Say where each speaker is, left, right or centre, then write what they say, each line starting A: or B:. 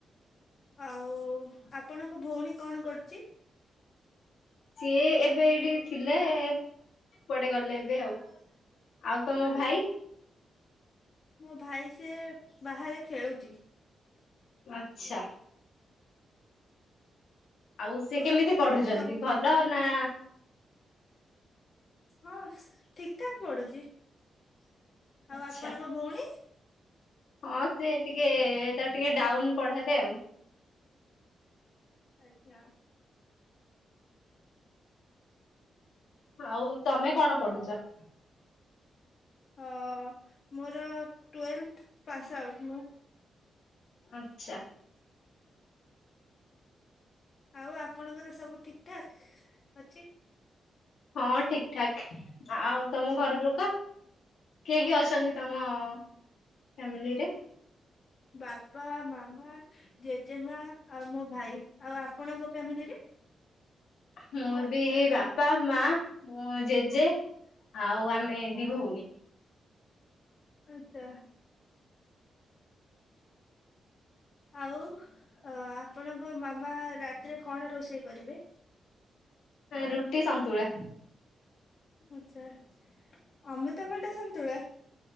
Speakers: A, on the left (about 50°); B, on the left (about 85°).
A: ଆଉ ଆପ ଆପଣଙ୍କ ଭଉଣୀ କଣ କରୁଚି?
B: ସିଏ ଏବେ ଏଇଠି ଥିଲେ କୁଆଡେ ଗଲେ ଏବେ ଆଉ। ଆଉ ତମ ଭାଇ?
A: ମୋ ଭାଇ ସିଏ ବାହାରେ ଖେଳୁଚି।
B: ଆଚ୍ଛା। ଆଉ ସିଏ କେମିତି
A: ଆପଣଙ୍କର
B: ପଢୁଛନ୍ତି
A: ସବୁ
B: ଭଲ ନା
A: ହଁ ଠିକ ଠାକ୍ ପଡୁଚି। ଆଉ
B: ଆଚ୍ଛା
A: ଆପଣଙ୍କ ଭଉଣୀ?
B: ହଁ ସିଏ ଟିକେ ତାର ଟିକେ ଡାଉନ ପଢାରେ ଆଉ।
A: ଆଜ୍ଞା।
B: ଆଉ ତମେ କଣ ପଢୁଚ?
A: ହଁ ମୋର ଟୁଏଲଥ ପାସ୍ ଆଉଟ୍ ମୁଁ।
B: ଆଚ୍ଛା।
A: ଆଉ ଆପଣଙ୍କର ସବୁ ଠିକ୍ ଠାକ୍ ଅଛି।
B: ହଁ ଠିକ ଠାକ। ଆଉ ତମ ଘର ଲୋକ କିଏ କିଏ ଅଛନ୍ତି ତମ ଫ୍ୟାମିଲିରେ?
A: ବାପା ମାମା ଜେଜେମା ଆଉ ମୋ ଭାଇ ଆଉ ଆପଣଙ୍କ ଫ୍ୟାମିଲିରେ?
B: ମୋର ବି ବାପା ମା ମୋ ଜେଜେ ଆଉ ଆମେ ଦି ଭଉଣୀ।
A: ଆଚ୍ଛା। ଆଉ ଆପଣଙ୍କ ମାମା ରାତିରେ କଣ ରୋଷେଇ କରିବେ?
B: ରୁଟି, ସନ୍ତୁଳା।
A: ସଞ୍ଚୁଳା। ଅମୃତା ଭଣ୍ଡା ସନ୍ତୁଳା।